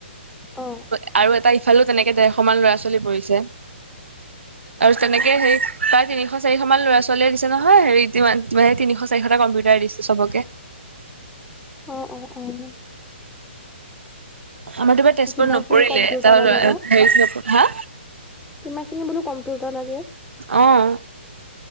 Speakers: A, in the centre; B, on the right.
A: অ
B: আৰু আৰু এটা ইফালেও তেনেকে ডেৰশ মান ল'ৰা ছোৱালী পৰিছে আৰু তেনেকে
A: অ
B: সেই প্ৰায় তিনিশ চাৰিশ মান ল'ৰা ছোৱালীয়ে দিছে নহয় হেৰি তিনিশ চাৰিশটা কম্পিউটাৰ দিছে চবকে।
A: অহ, অহ, অহ,
B: আমাৰ তোমাৰ তেজপুৰত
A: কিমান
B: নপৰিলে
A: খিনি কম্পিউটাৰ
B: এটা ল'ৰা
A: লাগে
B: হেৰি হা
A: কিমানখিনি বোলো কম্পিউটাৰ লাগে।
B: অহ,